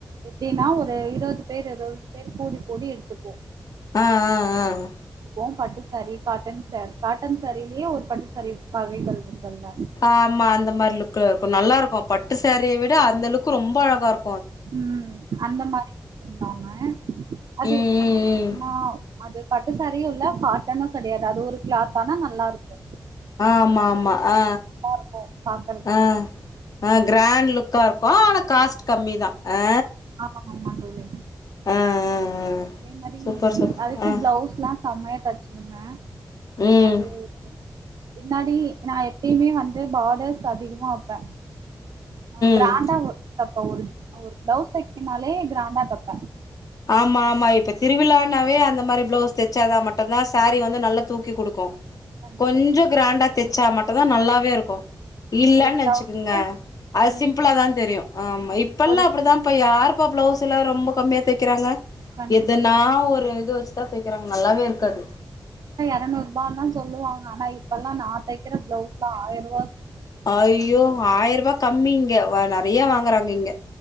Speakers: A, on the right (about 65°); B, on the left (about 55°).
A: எப்டின்னா ஒரு இருவது பேரு இருவது பேரு கூடி கூடி எடுத்துப்போ
B: அ அ அ
A: வோம் பட்டு சாரி காட்டன் சர் காட்டன் சாரிலியே ஒரு பட்டுசாரி வகைகள். இருக்குல்ல
B: ஆமா அந்த மார் லுக் க்கு <unintelligible> நல்லாருக்கு பட்டு சாரிய விட அந்தளவுக்கு ரொம்ப அழகாருக்
A: உம் அந்த மாரி பண்ணாங்க அது
B: ம் ம் ம்
A: நா அது பட்டுசேரியு இல்ல காட்டனு கெடையாது அது ஒரு க்ளாத்து ஆனா நல்லாருக்கு.
B: ஆ ஆமா ஆமா ஆ
A: இருக்கு பாக்குறதுக்கு
B: ஆ ஆ கிராண்ட் லுக்காருக்கு. ப்போ ஆனா காஸ்ட் கம்மி தா ஆ
A: ஆமாங்க ஆமாங்க தோழி
B: ஆ ஆ ஆ
A: அதே மாரி
B: சூப்பர் சூப்பர்
A: அதுக்கு
B: ஆ
A: புளவுஸ்லா செம்மையா தச்சுடுங்க.
B: ம்
A: அது பின்னாடி நா எப்பயுமே வந்து பார்டர்ஸ் அதிகமா வெப்பே அ கிராண்டா
B: ம்
A: வீ தப்பே ஒரு ஒரு பிளவுஸ் தைக் என்னாலே கிராண்டா தப்பே
B: ஆமா ஆமா இப்ப திருவிழான்னாவே அந்த மாரி பிளவுஸ் தச்சாதா மட்டம்தா சாரி வந்து நல்லா தூக்கி குடுக்கு
A: கண்டிப்பா
B: கொஞ்சோ க்ராண்ட் தச்சா மட்டுதா நல்லாவேருக்கு இல்லன்னு
A: ஒரு பிளவுஸ்க்கு
B: வெச்சுக்கோங்க அது
A: ம்
B: சிம்பிளா தா தெரியு ஆமா இப்பெல்லா
A: ஒரு
B: அப்புடிதாப்பா யார் <unintelligible> பிளவுஸ்ல ரொம்ப கம் தேக்றாங்க
A: கண்டிப்பா
B: எதனா ஒரு இது வெச்சுதா தேகறாங்க நல்லாவே இருக்காது
A: எருநூறு ரூபாயதா சொல்லாங்க ஆனா இப்பெல்லா நா தைக்கிற பிளவுஸ்லாம ஆயர்ரூபா
B: அய்யோ ஆயிர்ரூபா கம்மி இங்க நறைய வாங்கறாங்க இங்க